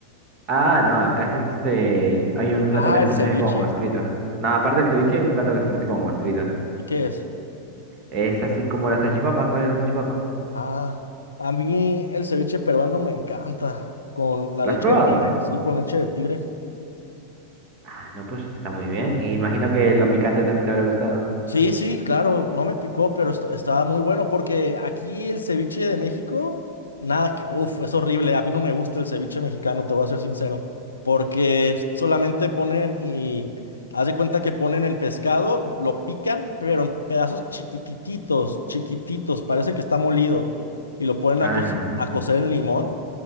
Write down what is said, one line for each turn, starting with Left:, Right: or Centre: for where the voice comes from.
Right: Ah, no, acá es este. Hay un plato
Left: Ah,
Right: que se
Left: el
Right: conoce
Left: ceviche.
Right: como monstruito. No, aparte del ceviche, hay un plato que se conoce como monstruito.
Left: ¿Y qué es?
Right: Es así como la salchipapa. ¿Cuál es la salchipapa?
Left: Ah, a mí el ceviche peruano me encanta, con la
Right: ¿Lo
Left: leche
Right: has probado?
Left: de tigre, sí, con leche de tigre.
Right: Ah, no, pues está muy bien. Y Imagino que lo picante también te habrá gustado.
Left: Sí, sí, claro, no me picó, pero est- estaba muy bueno porque aquí el ceviche de México, nada que, uff, es horrible. A mí no me gusta el ceviche mexicano, te voy a ser sincero, porque solamente ponen y haz de cuenta que ponen el pescado, lo pican, pero en pedazos chiquititos, chiquititos, parece que está molido y lo ponen
Right: Ah,
Left: a, co-
Right: no.
Left: a cocer en limón